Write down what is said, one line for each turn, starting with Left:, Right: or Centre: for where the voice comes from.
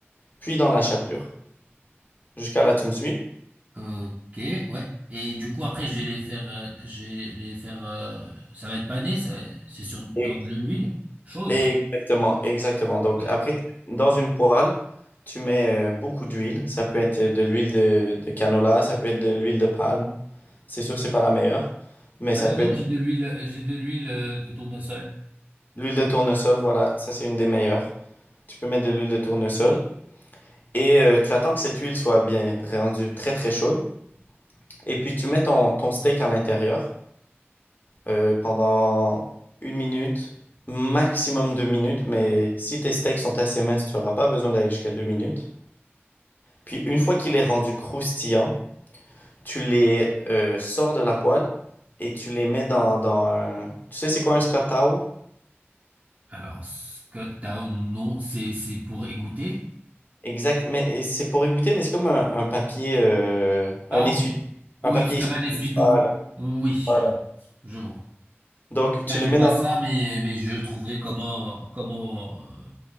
Left: puis dans la chapelure. Jusqu'à là, tu me suis?
Right: Ok, ouais. Et du coup, après, je vais les faire, euh, je vais les faire, euh, ça va être pané, ça va- c'est sur, dans
Left: Et-
Right: de l'huile chaude.
Left: Exactement, exactement. Donc
Right: Euh,
Left: après, tu- dans une poêle, tu mets euh, beaucoup d'huile. Ça peut être de l'huile de, de canola, ça peut être de l'huile de palme. C'est sûr, que c'est pas la meilleure, mais
Right: bah
Left: ça peut
Right: non,
Left: être
Right: j'ai de l'huile, j'ai de l'huile euh, de tournesol.
Left: l'huile de tournesol. Voilà, ça c'est une des meilleures. Tu peux mettre de l'huile de tournesol et euh, tu attends que cette huile soit bien rendue très très chaude. Et puis tu mets ton, ton steak à l'intérieur euh, pendant une minute, maximum deux minutes. Mais si tes steaks sont assez minces, tu n'auras pas besoin d'aller jusqu'à deux minutes. Puis une fois qu'il est rendu croustillant, tu les euh, sors de la poêle et tu les mets dans, dans un... Tu sais, c'est quoi un Scott Towel?
Right: Alors, Scott Town, non, c'est, c'est pour égoutter.
Left: Exact, mais c'est pour égoutter, mais c'est comme un, un papier, euh,
Right: Ah
Left: un essuie, un
Right: oui,
Left: papier
Right: c'est comme
Left: essuie.
Right: un essuie-tout.
Left: Voilà,
Right: Oui,
Left: voilà.
Right: je vois. Je vois.
Left: Donc tu
Right: Ben,
Left: le
Right: j'ai
Left: mets
Right: pas
Left: dans...
Right: ça, mais, mais je trouverai comment, comment euh,